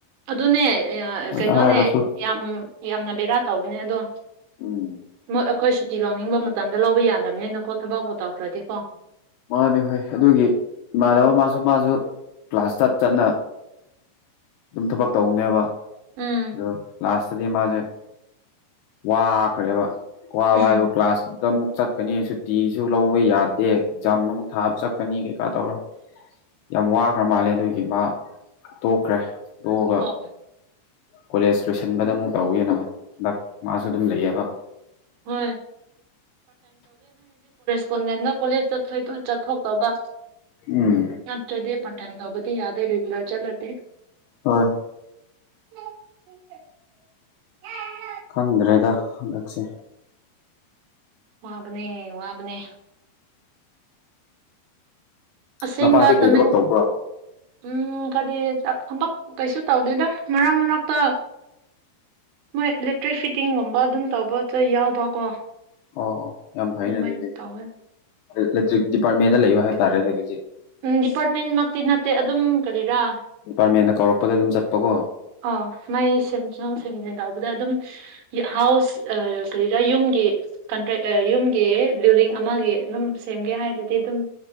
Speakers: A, on the right (about 75°); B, on the left (about 75°).
A: ꯑꯗꯨꯅꯦ
B: ꯃꯣꯏꯗ
A: ꯀꯩꯅꯣꯅꯦ
B: ꯍꯥꯏꯔꯁꯨ
A: ꯌꯥꯝ ꯌꯥꯝꯅ ꯕꯦꯔꯥ ꯇꯧꯕꯅꯦ ꯑꯗꯣ
B: ꯎꯝ
A: ꯃꯣꯏ ꯑꯩꯈꯣꯏ ꯁꯨꯇꯤ ꯂꯧꯅꯤꯡꯕ ꯃꯇꯝꯗ ꯂꯧꯕ ꯌꯥꯗꯕꯅꯤꯅꯀꯣ ꯊꯕꯛꯄꯨ ꯇꯧꯈ꯭ꯔꯗꯤꯀꯣ
B: ꯃꯥꯅꯦ ꯍꯣꯏ ꯑꯗꯨꯒꯤ ꯏꯃꯥꯟꯅꯕ
A: ꯑꯄꯥꯎꯗ
B: ꯃꯥꯁꯨ ꯃꯥꯁꯨ ꯀ꯭ꯂꯥꯁ ꯆꯠ ꯆꯠꯅ ꯑꯗꯨꯝ ꯊꯕꯛ ꯇꯧꯕꯅꯦꯕ
A: ꯎꯝ
B: ꯑꯗꯣ ꯀ꯭ꯂꯥꯁ ꯇꯗꯤ ꯃꯥꯁꯦ ꯋꯥꯈ꯭ꯔꯦꯕ ꯋꯥꯕ
A: ꯎꯝ
B: ꯍꯥꯏꯕ ꯀ꯭ꯂꯥꯁꯇ ꯑꯃꯨꯛ ꯆꯠꯀꯅꯤ ꯁꯨꯇꯤꯁꯨ ꯂꯧꯕ ꯌꯥꯗꯦ ꯑꯦꯛꯖꯥꯝ ꯑꯃꯨꯛ ꯊꯥꯕ ꯆꯠꯀꯅꯤ ꯀꯩꯀꯥ ꯇꯧꯔ ꯌꯥꯝ ꯋꯥꯈ꯭ꯔ ꯃꯥꯜꯂꯦ ꯑꯗꯨꯒꯤ ꯃꯥ ꯇꯣꯛꯈ꯭ꯔꯦ ꯇꯣꯛꯑꯒ
A: ꯑꯣ
B: ꯀꯣꯂꯦꯖ ꯂꯣꯏꯁꯤꯟꯕꯗ ꯑꯃꯨꯛ ꯇꯧꯋꯦꯅ ꯍꯟꯗꯛ ꯃꯥꯁꯨ ꯑꯗꯨꯝ ꯂꯩꯑꯦꯕ
A: ꯍꯣꯏ ꯄꯨꯟꯅꯅ ꯀꯣꯂꯦꯖ ꯆꯠꯊ ꯆꯠꯊꯣꯛꯇꯧꯕ
B: ꯎꯝ
A: ꯅꯠꯇ꯭ꯔꯗꯤ ꯄꯥꯔꯠꯇꯥꯏ ꯇꯧꯕꯗꯤ ꯌꯥꯗꯦ ꯂꯔ ꯆꯠꯂꯗꯤ
B: ꯍꯣꯏ
A: <unintelligible>
B: ꯈꯪꯗ꯭ꯔꯦꯗ ꯍꯟꯗꯛꯁꯦ
A: ꯋꯥꯕꯅꯦ ꯋꯥꯕꯅꯦ ꯑꯁꯦꯡꯕ
B: ꯃꯄꯥꯗꯤ ꯀꯩ
A: ꯇꯃꯦꯡ
B: ꯊꯕꯛ ꯇꯧꯕ꯭ꯔꯣ
A: ꯎꯝ ꯀꯔꯤ ꯊꯕꯛ ꯀꯩꯁꯨ ꯇꯧꯗꯦꯗ ꯃꯔꯛ ꯃꯔꯛꯇ ꯃꯣꯏ ꯏꯂꯦꯛꯇ꯭ꯔꯤꯛ ꯐꯤꯠꯇꯤꯡꯒꯨꯝꯕ ꯑꯗꯨꯝ ꯇꯧꯕꯗ ꯌꯥꯎꯕꯀꯣ
B: ꯑꯣ ꯌꯥꯝ ꯐꯩꯅꯦ
A: ꯑꯗꯨꯃꯥꯏꯅ
B: ꯑꯗꯨꯗꯤ
A: ꯇꯧꯋꯦ
B: ꯏꯂꯦꯛꯇ꯭ꯔꯤꯛ ꯗꯤꯄꯥꯔꯠꯃꯦꯟꯗ ꯂꯩꯕ ꯍꯥꯏꯇꯥꯥꯔꯦꯅꯦ ꯑꯗꯨꯗꯤ
A: ꯎꯝ ꯗꯤꯄꯥꯔꯠꯃꯦꯟꯃꯛꯇꯤ ꯅꯠꯇꯦ ꯑꯗꯨꯝ ꯀꯔꯤꯔꯥ
B: ꯗꯤꯄꯥꯔꯠꯃꯦꯟꯅ ꯀꯧꯔꯛꯄꯗ ꯑꯗꯨꯝ ꯆꯠꯄꯀꯣ
A: ꯑ ꯃꯩ ꯁꯦꯝꯖꯣꯡ ꯁꯦꯝꯖꯤꯟ ꯇꯧꯕꯗ ꯑꯗꯨꯝ ꯍꯥꯎꯁ ꯑ ꯀꯔꯤꯔ ꯌꯨꯝꯒꯤ ꯀꯟꯇ꯭ꯔꯦꯛ ꯌꯨꯝꯒꯤ ꯕꯤꯜꯗꯤꯡ ꯑꯃꯒꯤ ꯑꯗꯨꯝ ꯁꯦꯝꯒꯦ ꯍꯥꯏꯔꯗꯤ ꯑꯗꯨꯝ